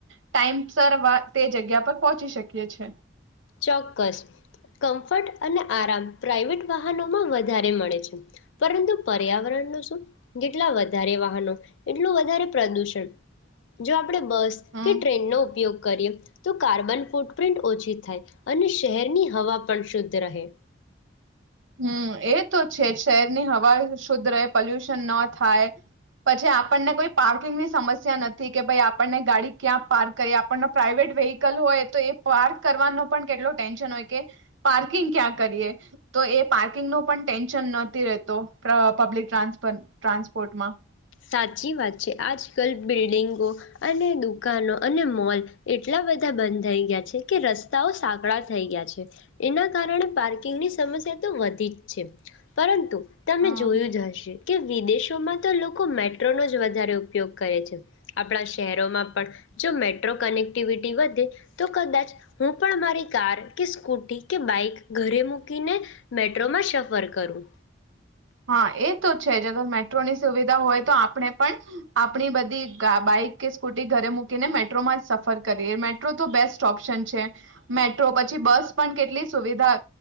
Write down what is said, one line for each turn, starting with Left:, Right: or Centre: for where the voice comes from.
Right: ટાઈમસર તે જગ્યા પર પહોંચી શકીએ છે
Left: ચોક્કસ કમ્ફર્ટ અને આરામ પ્રાઇવેટ વાહનોમાં વધારે મળે છે પરંતુ પર્યાવરણ નુ શું? જેટલા વધારે વાહનો એટલું વધારે પ્રદુષણ જો આપણે બસ
Right: હમ
Left: કે ટ્રેનનો ઉપયોગ કરીએ.. તો કાર્બન ફૂટપ્રિન્ટ ઓછી થાય. અને શહેરની હવા પણ શુદ્ધ રહે.
Right: હમ્મ એ તો છે શહેરની હવા શુદ્ધ રહે પોલ્યુશન ન થાય પછી આપણને કોઈ પાર્કિંગની સમસ્યા નથી કે ભાઈ આપણને ગાડી ક્યાં પાર્ક કરીએ આપણને પ્રાઇવેટ વેહિકલ હોય તો એ પાર્ક કરવાનો પણ કેટલો ટેન્શન હોય કે પાર્કિંગ ક્યાં કરીએ તો એ પાર્કિંગ ન પણ ટેન્શન નથી રહેતો પબ્લિક ટ્રાન્સપોર્ટમાં..
Left: સાચી વાત છે આજકાલ બિલ્ડિંગો અને દુકાનો અને મોલ એટલા બધા બંધાય ગયા છે કે રસ્તાઓ સાંકળા થઈ ગયા છે એના કારણે પાર્કિંગની સમસ્યા તો વધી જ છે પરંતુ તમે
Right: હા
Left: જોયું જ હશે કે વિદેશોમાં તો લોકો લોકો મેટ્રોનો જ વધારે ઉપયોગ કરે છે. આપણા શહેરોમાં પણ જો મેટ્રો કનેક્ટિવિટી વધે તો કદાચ હું પણ મારી કાર કે સ્કૂટી કે બાઈક ઘરે મૂકીને મેટ્રોમાં સફર કરું.
Right: હા એ તો છે અગર મેટ્રોની સુવિધા હોય તો આપણે પણ આપણી બધી બાઈક કે સ્કૂટી ઘરે મૂકીને મેટ્રોમાં સફર કરીએ મેટ્રો તો બેસ્ટ ઓપ્શન છે મેટ્રો પછી બસ પણ કેટલી સુવિધા